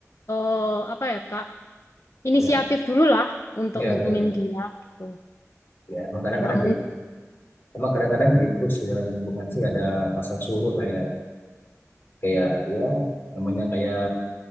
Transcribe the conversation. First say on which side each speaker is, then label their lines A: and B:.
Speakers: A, on the left; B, on the left.
A: eh, apa ya Kak, inisiatif
B: ya
A: dulu lah untuk
B: ya
A: ngubungin
B: ya ya,
A: dia gitu.
B: ya emang kadang-kadang
A: Nggak mungkin.
B: gitu emang kadang-kadang gitu sih dalam hubungan sih ada pasang surut lah ya kayak ya namanya kayak